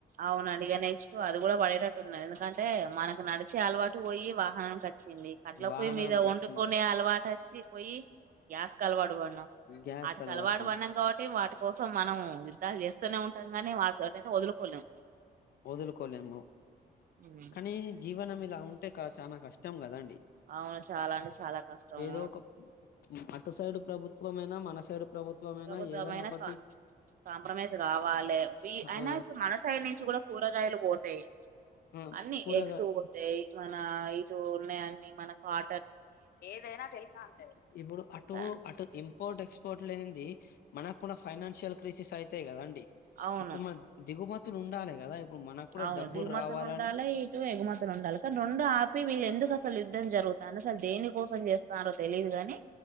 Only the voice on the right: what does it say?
అవునండి ఇక నెక్స్ట్ అది కూడా పడేటట్టున్నది ఎందుకంటే మనకు నడిచే అలవా టు పోయి వాహనం కచ్చింది కట్లపొయ్యి
మీద వండుకొనే
అలవాటు అచ్చి పొయ్యి గ్యాస్ కలవాటు పడినం
అవిటికలవాటు
పడినం కాబట్టి వాటి కోసం మనం ద్దాలు చేస్తూనే ఉంటాం గానీ <unintelligible> వదులుకోలేం
ఉమ్.
అవును చాలా అంటే చాలా కష్టము
ప్రభుత్వమైన
కా కాంప్రమైజ్ కావాలే అయినా
ఇప్పుడు మన సైడ్ నుంచి కూడా కూరగాయలు పోతయ్
అన్నీ
ఎగ్స్ పోతయ్ మ ఆ ఇటు ఉన్నాయన్నీ మనకు అ
కా-
అవును
అవును
దిగుమతులు
ఉండాలి ఇటు ఎగుమతులు ఉండాలి కానీ రెండు ఆపి వీళ్ళు ఎందుకు అసలు యుద్ధం జరుగుతాను దేని కోసం చేస్తనారో తెలీదు కాని